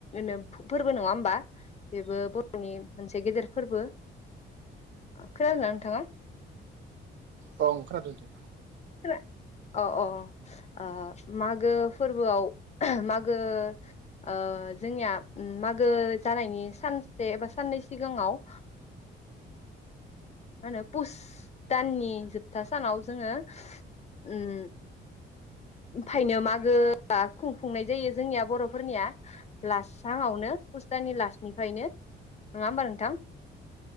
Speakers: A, on the left; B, on the right.
A: नो फोरबो नङा होमबा बेबो बर'नि मोनसे गेदेर फोरबो खोनादों ना नोंथाङा?
B: औ खोनादों दे
A: खोना अ अ ओ मागो फोरबोआव मागो ओ जोंनिया ओम मागो जानायनि सानसे एबा साननै सिगाङाव मा होनो पुस दाननि जोबथा सानाव जोङो उम ओमफायनो मागोआ खुंफुंनाय जायो जोंनिया बरफोरनिया लास सानावनो पुस दाननि लासनिफ्रायनो नङा होमबा नोंथां?